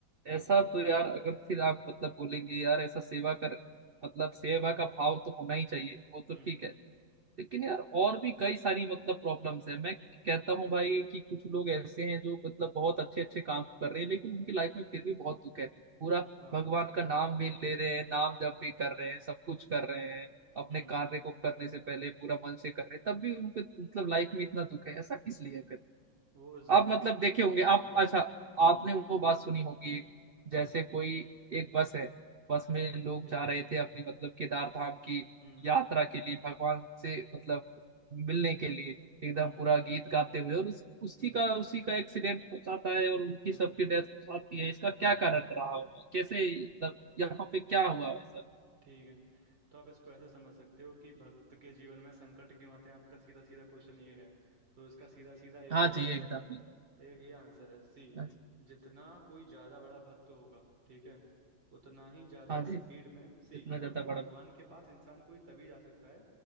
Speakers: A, on the right; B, on the right.
A: ऐसा तो यार अगर फिर आप मतलब बोलेंगे यार ऐसा सेवा कर मतलब सेवा का भाव तो होना ही चाहिए वो तो
B: हम्म
A: ठीक है लेकिन यार और भी कई सारी मतलब प्रॉब्लम्स हैं मैं कहता हूँ भाई कि कुछ लोग ऐसे हैं जो मतलब बहुत अच्छे अच्छे काम कर रहे हैं लेकिन उनकी लाइफ में फिर भी बहुत दुख है पूरा
B: हाँ
A: भगवान का नाम भी ले रहे हैं नाम जप भी कर रहे हैं सब कुछ कर रहे हैं अपने
B: हम्म
A: कार्य को करने से पहले पूरा मन से कर रहे हैं तब भी उनको मतलब लाइफ में इतना दुख है ऐसा किस लिए है फिर
B: वो जरूरी
A: आप मतलब देखे होंगे
B: हम्म
A: आप अच्छा
B: हम्म
A: आपने वो बात सुनी होगी जैसे कोई एक बस है बस में लोग
B: ठीक
A: जा
B: है
A: रहे थे अपनी मतलब केदार धाम की
B: हम्म
A: यात्रा के लिए भगवान से मतलब मिलने के लिए एकदम
B: हम्म
A: पूरा गीत गाते हुए और उस उसी
B: हम्म
A: का उसी का एक्सीडेंट हो जाता है और उनकी
B: हम्म
A: सबकी डेथ हो जाती है इसका क्या कारण रहा होगा कैसे मतलब यहाँ पे क्या हुआ वैसा
B: ठीक है तो आप इसको ऐसे समझ सकते हो कि भक्त के जीवन में संकट क्यों आते हैं आपका सीधा सीधा क्वेश्चन ये है तो इसका सीधा सीधा एक
A: हाँ
B: ही आंसर
A: जी एकदम
B: है
A: एकदम
B: एक ही आंसर है सी
A: हाँ जी
B: जितना कोई ज्यादा बड़ा भक्त होगा ठीक है उतना ही ज्यादा
A: हाँ
B: स्पीड
A: जी,
B: में सी
A: इतना ज्यादा
B: भगवान
A: बड़ा
B: के पास इंसान कोई तभी जा सकता है